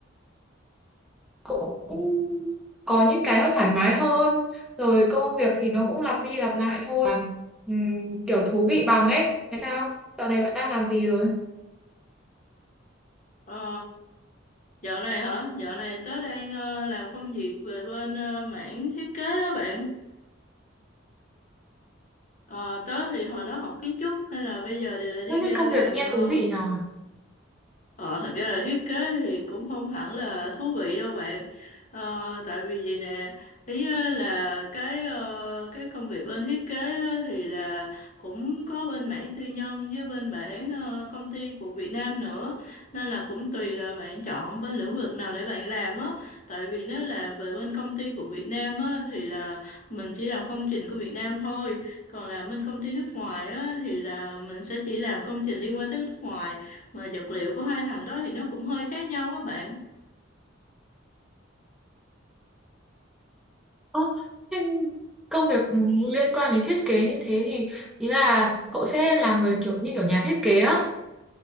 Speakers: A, in the centre; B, on the left.
A: cũng có những cái nó thoải mái hơn rồi công việc thì nó cũng lặp đi lặp lại thôi Làm, ừm, kiểu thú vị bằng ấy thế sao dạo này bạn đang làm gì rồi
B: Ờ, dạo này hả? Dạo này tớ đang ờ, làm công việc về bên ờ, mảng thiết kế á bạn. Ờ, tớ thì hồi đó học kiến trúc hay là bây giờ đều là đi
A: Ơ,
B: ra
A: thế công
B: làm
A: việc nghe
B: ờ,
A: thú vị nhờ
B: Ờ, thật ra là thiết kế thì cũng không hẳn là thú vị đâu bạn. Ờ, tại vì vậy nè, ý á là cái ờ, cái công việc bên thiết kế á thì là cũng có bên mảng tư nhân với bên mảng ờ, công ty của Việt Nam nữa. Nên là cũng tùy là bạn chọn bên lĩnh vực nào để bạn làm á. Tại vì nếu làm về bên công ty của Việt Nam á thì là mình chỉ làm công trình của Việt Nam thôi. Còn làm bên công ty nước ngoài á thì là mình sẽ chỉ làm công trình liên quan tới nước ngoài mà vật liệu của hai thằng đó thì nó cũng hơi khác nhau á bạn
A: Ơ, thế công việc ừm, liên quan đến thiết kế như thế thì ý là cậu sẽ là người kiểu như kiểu nhà thiết kế á